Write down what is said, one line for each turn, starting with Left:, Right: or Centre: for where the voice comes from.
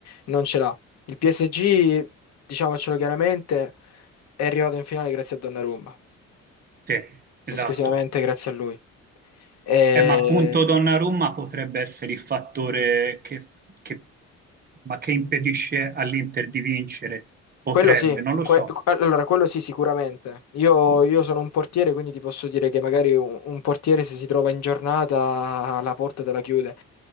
Left: non ce l'ha. Il PSG, diciamocelo chiaramente, è arrivato in finale grazie a Donnarumma
Right: Te, esatto.
Left: esclusivamente grazie a lui. E
Right: Eh, ma appunto Donnarumma potrebbe essere il fattore che, che- ma che impedisce all'Inter di vincere. Potrebbe,
Left: quello sì,
Right: non lo
Left: que-
Right: so.
Left: allora quello sì, sicuramente. Io,
Right: Ho
Left: io sono un portiere, quindi ti posso dire che magari un, un portiere se si trova in giornata la porta te la chiude.